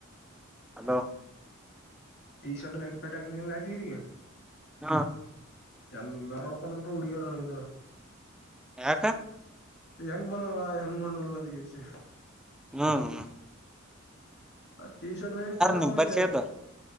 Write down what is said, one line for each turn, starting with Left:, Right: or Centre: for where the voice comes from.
Centre: hello
Left: T shirt night pant ಹೈಕೋಮಂದಿನಿಲ್ಲ ಯಾದ್ಗಿರಿಗೆ
Centre: ಹಾ
Left: ಎಲ್ಲಾರುನೋಡ್ಕೋತೀವ ನಿಂತು ಹುಡುಗಿರು ನನಗಿದ್ರ
Centre: ಯಾಕ
Left: ಹೆಂಗ್ ಬಂದನಲ್ಲಾ ಹೆಂಗ್ ಬಂದಲ್ಲ ಅಂದಗಸಿ
Centre: ಹ್ಮ್ ಹ್ಮ
Left: ಟೀ ಶರ್ಟ್ ನೈಟ್ ಪ್ಯಾಂಟ್ ಡ್ಯಾಮೇಜ್
Centre: ನಿಮ್ ಪರಿಚಯ ಇದ್ದಾರ